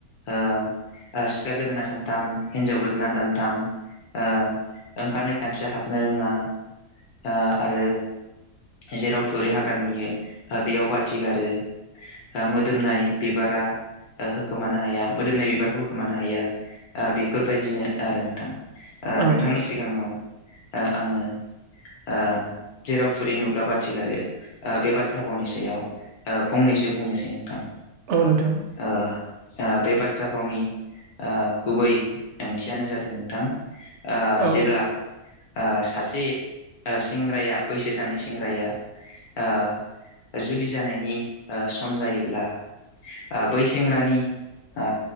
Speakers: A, on the left (about 75°); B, on the right (about 60°).
A: आ आ सिखा गोदोना सानथाम हिनजाव गोदोना दानथाम आ ओंखारनाय खानस्रिया हाबनो रोङा आ आरो । जेराव थुरि हाग्रा नुयो आ बेयाव बाथि गारो आ मोदोमनाय बिबार <unintelligible> ओ होखोमानो हाया मोदोमनाय बिबारखौ होखोमानो हाया आ बेफोरबायदिनो आरो नोंथां आ
B: औ
A: नोंथांनि सिगाङाव ओ आङो । आ जेराव थुरै नुब्ला बाथि गारो आ बे बाथ्रा फावनि सायाव आ फंनैसो बुं निसै नोंथां
B: औ नोंथां
A: आ आ बे बाथ थ्रा फावनि आ गुबै ओंथियानो जादों नोंथां आ
B: औ
A: जेब्ला आ सासे आ सेंग्राया बैसो जानाय सेंग्राया आ जुलि जानायनि आ सम जायोब्ला आ बै सेंग्रानि आ